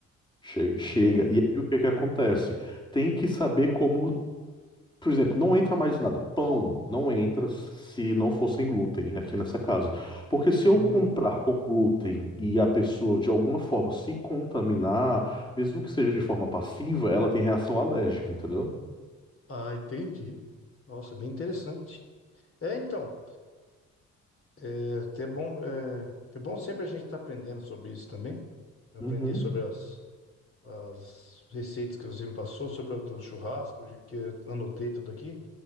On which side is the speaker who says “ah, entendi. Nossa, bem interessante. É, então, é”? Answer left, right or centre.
Left